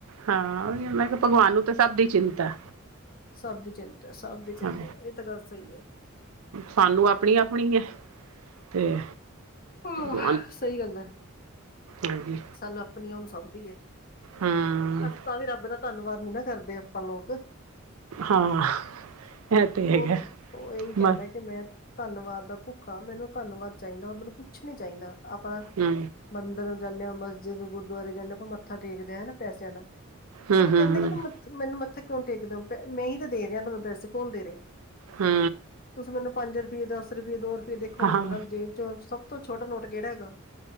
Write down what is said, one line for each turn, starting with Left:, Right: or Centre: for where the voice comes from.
Right: ਹਾਂ। ਉਹੀ ਨਾ ਮੈਂ ਕਿਹਾ, ਭਗਵਾਨ ਨੂੰ ਤਾਂ, ਸਭ ਦੀ ਚਿੰਤਾ ਐ।
Left: ਸਭ ਦੀ ਚਿੰਤਾ ਹੈ, ਸਭ ਦੀ ਚਿੰਤਾ
Right: ਹਾਂ
Left: ਹੈ। ਇਹ ਤਾਂ ਗੱਲ ਸਹੀ ਹੈ।
Right: ਸਾਨੂੰ, ਆਪਣੀ- ਆਪਣੀ ਹੈ। ਤੇ
Left: ਆਹ
Right: ਹੂੰ,
Left: ਸਹੀ ਗੱਲ ਹੈ
Right: ਹਾਂਜੀ।
Left: ਸਾਨੂੰ ਆਪਣੀ, ਉਹਨੂ ਸਭਦੀ ਦੀ ਹੈ।
Right: ਹਮ
Left: ਅਸੀ ਤਾਂ ਵੀ ਰੱਬ ਦਾ ਧੰਨਵਾਦ ਨੀ, ਨਾ ਕਰਦੇ। ਆਪਾਂ ਲੋਕ
Right: ਹਾਂ ਇਹ ਤੇ ਹੈਗਾ
Left: ਉਹ, ਉਹ ਇਹੀ ਕਹਿੰਦਾ,
Right: ਮ
Left: ਕਿ ਮੈਂ ਧੰਨਵਾਦ ਦਾ ਭੁੱਖਾ। ਮੈਨੂੰ ਧੰਨਵਾਦ ਚਾਹੀਦਾ। ਮੈਨੂੰ ਕੁੱਛ ਨੀ ਚਾਹੀਦਾ। ਆਪਣਾ
Right: ਹੂੰ।
Left: ਮੰਦਰ ਨੂੰ ਜਾਂਦੇ ਹਾਂ। ਮਸਜਿਦ, ਗੁਰਦੁਆਰੇ ਜਾਂਦੇ ਹਾਂ। ਆਪਾਂ ਮੱਥਾ ਟੇਕਦੇ ਹ ਹਨਾ। ਪੈਸਿਆਂ ਨਾ
Right: ਹਮ
Left: ਉਹ ਤਾਂ
Right: ਹਮ
Left: ਕਹਿੰਦੇ, ਕਹਿੰਦੇ ਮੈਨੂੰ ਮੱਥਾ, ਕਿਉਂ ਟੇਕ ਦਿਓ ਔ। ਮੈਂ ਹੀ ਤਾਂ ਦੇ ਰਿਹਾ। ਤੁਹਾਨੂੰ ਪੈਸੇ, ਕੌਣ ਦੇ ਰਹੇ।
Right: ਹੂੰ।
Left: ਤੁਸੀਂ ਮੈਨੂੰ, ਪੰਜ ਰੁਪਏ, ਦਸ ਰੁਪਏ, ਦੋ ਰੁਪਏ ਦੇੋਖੋਗੇ।
Right: ਹਾਂ
Left: ਪਹਿਲਾ ਜੇਬ ਚੋ, ਸਭ ਤੋਂ ਛੋਟਾ ਨੋਟ ਕਿਹੜਾ ਹੈਗਾ।